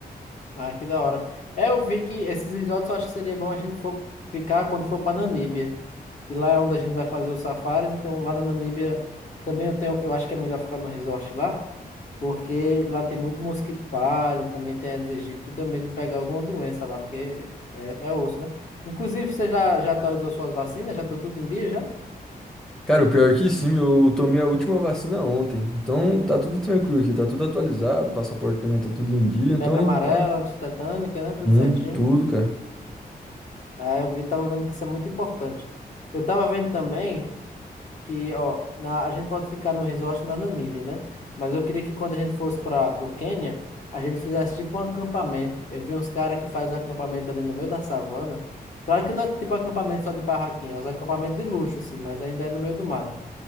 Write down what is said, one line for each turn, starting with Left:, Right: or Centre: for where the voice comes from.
Left: Ah, que da hora. É, eu vi que esses resorts eu acho que seria bom a gente for ficar quando for para Namíbia. E lá é onde a gente vai fazer os safaris, então lá na Namíbia também eu tenho, eu acho que é melhor ficar no resort lá. Porque lá tem muito mosquito palha, também tem Aedes aegypti, tenho medo de pegar alguma doença lá, porque é, é osso, né? Inclusive, você já, já atualizou suas vacinas? Já tá tudo em dia, já?
Centre: Cara, o pior é que sim, eu tomei a última vacina ontem. Então tá tudo tranquilo aqui, tá tudo atualizado, passaporte também tá tudo em dia, então
Left: Febre amarela,
Centre: tá
Left: antitetânica, né? Tudo
Centre: em
Left: certinho.
Centre: tudo, cara.
Left: Ah, eu vi, tava vendo que isso é muito importante. Eu tava vendo também que, ó, na, a gente pode ficar no resort na Namíbia, né? Mas eu queria que quando a gente fosse para o Quênia, a gente fizesse tipo um acampamento. Eu vi uns caras que fazem acampamento ali no meio da savana. Claro que não é tipo acampamento só de barraquinha, é uns acampamentos de luxo, assim, mas ainda é no meio do mato,